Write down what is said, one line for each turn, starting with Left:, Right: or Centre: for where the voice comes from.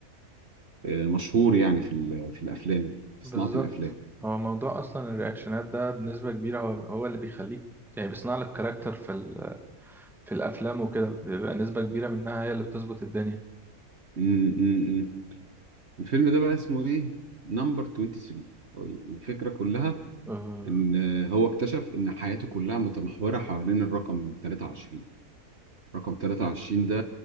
Right: آه، مشهور يعني في ال- في الافلام في
Centre: بالظبط
Right: صناعه الافلام
Centre: هو موضوع اصلا الرياكشنات ده بنسبه كبيره هو هو اللي بيخليك يعني بيصنع لك كاركتر في ال... في الافلام وكده بيبقى نسبه كبيره منها هي اللي بتظبط الدنيا
Right: امم امم الفيلم ده بقى اسمه ايه نمبر 23 الفكره كلها
Centre: أه.
Right: ان هو اكتشف ان حياته كلها متمحوره حوالين الرقم 23 رقم 23 ده